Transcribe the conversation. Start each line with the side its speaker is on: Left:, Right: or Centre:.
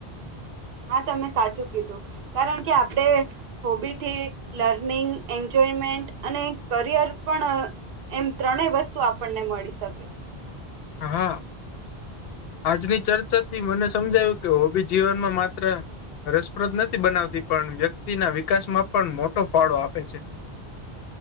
Right: હા તમે સાચું કીધું. કારણ કે આપડે હોબીથી લર્નિંગ, એન્જોયમેન્ટ અને કરિયર પણ એમ ત્રણેય વસ્તુ આપણને મળી શકે.
Left: હા. આજની ચર ચાથી મને સમજાયું કે હોબી જીવનમાં માત્ર રસપ્રદ નથી બનાવતી. પણ વ્યક્તિ ના વિકાસ માં પણ મોટો ફાળો આપે છે.